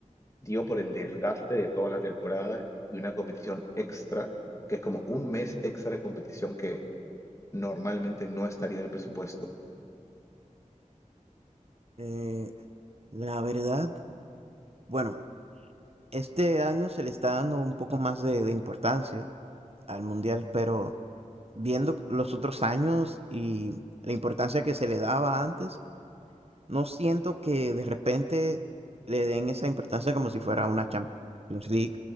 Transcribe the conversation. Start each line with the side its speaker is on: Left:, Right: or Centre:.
Left: dio por el desgaste de toda la temporada y una competición extra, que es como un mes extra de competición que normalmente no estaría en el presupuesto.
Right: Eh, la verdad, bueno, este año se le está dando un poco más de, de importancia al Mundial, pero viendo los otros años y la importancia que se le daba antes, No siento que de repente le den esa importancia como si fuera una Champions League